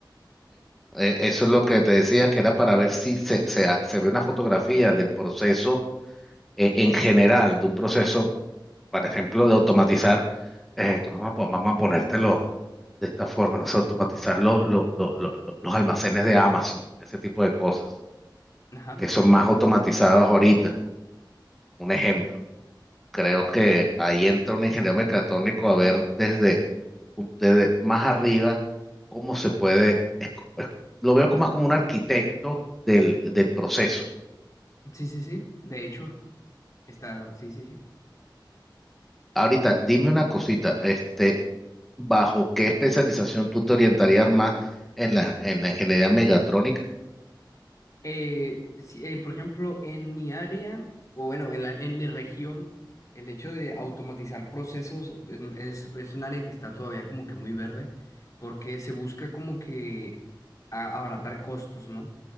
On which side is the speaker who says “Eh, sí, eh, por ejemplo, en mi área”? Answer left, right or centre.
Left